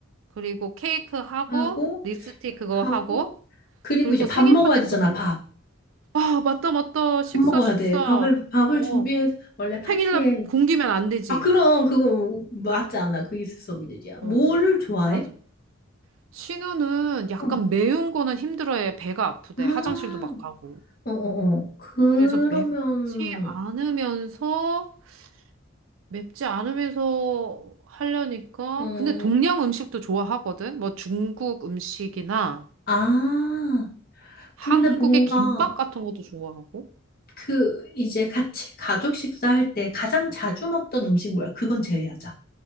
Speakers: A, on the right; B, on the left.
A: 그리고 케이크 하고,
B: 하고,
A: 립스틱 그거
B: 하고
A: 하고,
B: 그리고
A: 그리고
B: 이제 밥
A: 생일
B: 먹어야
A: 파티
B: 되잖아
A: 또 뭐.
B: 밥.
A: 아, 맞다, 맞다. 식사,
B: 밥 먹어야
A: 식사.
B: 돼. 밥을 밥을
A: 어.
B: 준비해서 원래 파티에
A: 생일날 굶기면 안 되지.
B: 아 그럼 그거 맞지 않아. 그 있을 수 없는 일이야. 뭐를
A: 어,
B: 좋아해?
A: 맞아. 신우는 약간
B: 응.
A: 매운 거는 힘들어해. 배가 아프대.
B: 아,
A: 화장실도 막 가고.
B: 어어어. 그러면
A: 그래서 맵지 않으면서 맵지 않으면서 하려니까
B: 음,
A: 근데 동양 음식도 좋아하거든. 뭐 중국 음식이나
B: 아
A: 한국의
B: 근데 뭔가
A: 김밥 같은 것도 좋아하고.
B: 그 이제 같이 가족 식사할 때 가장 자주 먹던 음식 뭐야? 그건 제외하자.